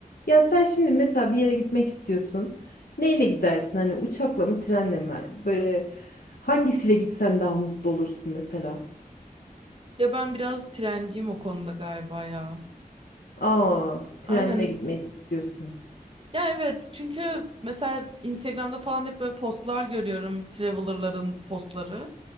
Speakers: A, on the left; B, on the right.
A: Ya sen şimdi mesela bir yere gitmek istiyorsun. Neyle gidersin? Hani uçakla mı, trenle mi? Böyle hangisiyle gitsen daha mutlu olursun mesela?
B: Ya ben biraz trenciyim o konuda galiba ya.
A: Aa, trenle
B: Aynen.
A: gitmeyi istiyorsun.
B: Ya evet çünkü mesela Instagram'da falan hep böyle postlar görüyorum. Traveler'ların postları.